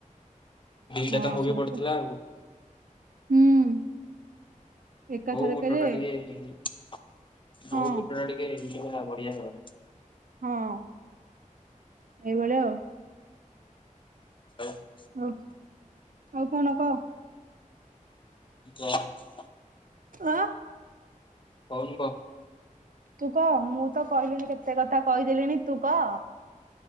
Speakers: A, on the left; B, on the right.
A: ଦିଟା
B: ହଁ
A: ତ ମୁଭି
B: ସେଇତ
A: ପଡିଥିଲା ଆଉ।
B: ହୁଁ। ଏକାଥରକରେ
A: ବୋଉଟ ଟା ଟିକେ <unintelligible> ବୋଉଟ
B: ହଁ
A: ଟା ଟିକେ <unintelligible> ବଢିଆ ର
B: ହଁ ଏଇଭଳିଆ ଆଉ।
A: <unintelligible>
B: ହ, ଆଉ କଣ କହ?
A: ଜନ୍।
B: ଆ,
A: କହୁନୁ କହ।
B: ତୁକ ମୁଁ ତ କହିଲିଣି କେତେ କଥା କହିଦେଲିଣି। ତୁ କ